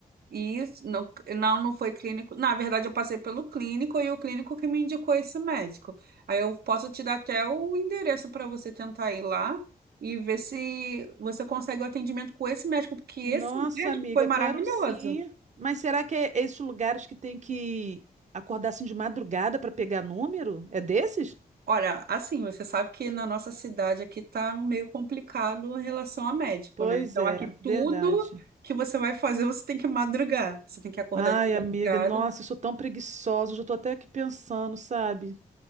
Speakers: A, on the right; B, on the right.
A: Isso, não, não, não foi clínico. Na verdade, eu passei pelo clínico e o clínico que me indicou esse médico. Aí eu posso te dar até o endereço para você tentar ir lá e ver se você consegue o atendimento com esse médico, porque esse
B: Nossa,
A: médico
B: amiga,
A: foi maravilhoso.
B: quero sim. Mas será que é esses lugares que tem que acordar assim de madrugada para pegar número? É desses?
A: Olha, assim, você sabe que na nossa cidade aqui tá meio complicado em relação a médico,
B: Pois
A: né? Então
B: é,
A: aqui tudo
B: verdade.
A: que você vai fazer, você tem que madrugar, você tem que acordar
B: Ai,
A: de madrugada.
B: amiga, nossa, eu sou tão preguiçosa, já tô até aqui pensando, sabe?